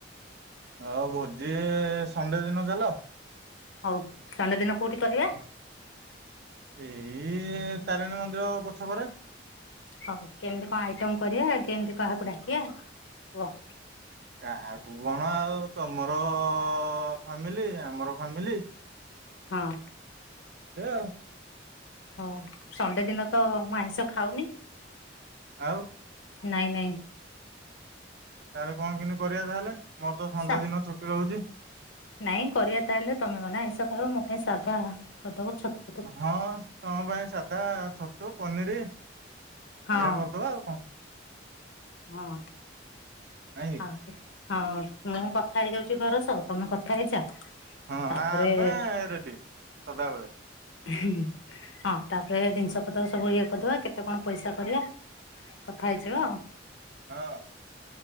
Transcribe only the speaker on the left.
ହଉ ସଣ୍ଡେ ଦିନ କୋଉଠି କରିବା?
ହଉ କେମିତି କଣ ଆଇଟମ କରିବା କେମିତି କାହାକୁ ଡାକିବା କୁହ
ହଁ।
ହଉ ସଣ୍ଡେ ଦିନ ତ ମୁଁ ଆଇଁଷ ଖାଉନି
ନାଇଁ ନାଇଁ।
ସା
ନାଇଁ କରିବା ତାହେଲେ ତମେ ମାନେ ଆଇଁଷ ଖାଇବ ମୋ ପାଇଁ ସାଧା କରିଦବ ଛତ
ଆଉ
ହଁ।
ହଁ ଆଉ ହଁ ମୁଁ କଥା ହେଇ
ଯାଉଚି ଘର ସହ ତମେ କଥା ହେଇଯା
ତାପରେ
ହିଁ ହଁ ତାପରେ ଜିନିଷ ପତ୍ର ସବୁ ଇଏ କରିଦବା କେତେ କଣ ପଇସା କରିବା କଥା ହେଇଯିବା ଆଉ।